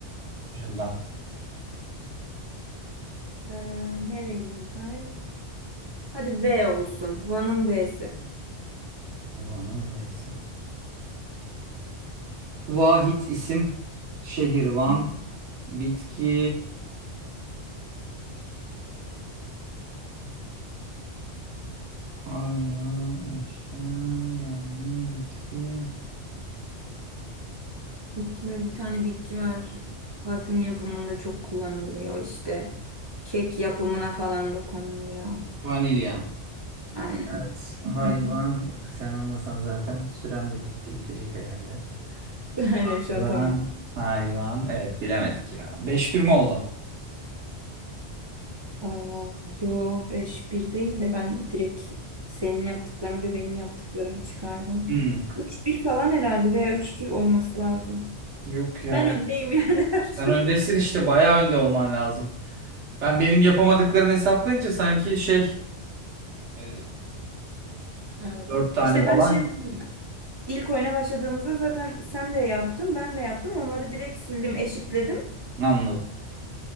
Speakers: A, on the right; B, on the right.
A: Ucundan.
B: Ee, ne vereyim? Hayır. Hadi V olsun. Van'ın V'si.
A: Van'ın V'si. Vahit isim. Şehir Van.
B: Hı. hı.
A: Bitki Hayvan, eşya, gelmiyor, bitki.
B: Bitki böyle bir tane bitki var. Parfüm yapımında çok kullanılıyor işte. Kek yapımına falan da konuluyor.
A: Vanilya.
B: Aynen.
A: Evet, hayvan
B: <laughs>
A: sen olmasan zaten sürem de bitti bitecek herhalde.
B: Aynen
A: Hayvan,
B: şu an tam.
A: hayvan. Evet bilemedik ya. 5-1 mi oldu?
B: Aa, yo beş bir değil de ben direkt senin yaptıklarını ve benim yaptıklarımı çıkardım.
A: Hmm,
B: 3 bir falan herhalde veya üç iki olması lazım.
A: yok ya.
B: Ben öndeyim yani <laughs> her
A: Sen
B: türlü.
A: öndesin işte bayağı önde olman lazım. Ben benim yapamadıklarımı hesaplayınca sanki şey e,
B: Ha.
A: 4 tane
B: İşte
A: falan
B: ben şey yaptım. ya. İlk oyuna başladığımızda zaten sen de yaptın, ben de yaptım. Onları direkt sildim, eşitledim.
A: anladım.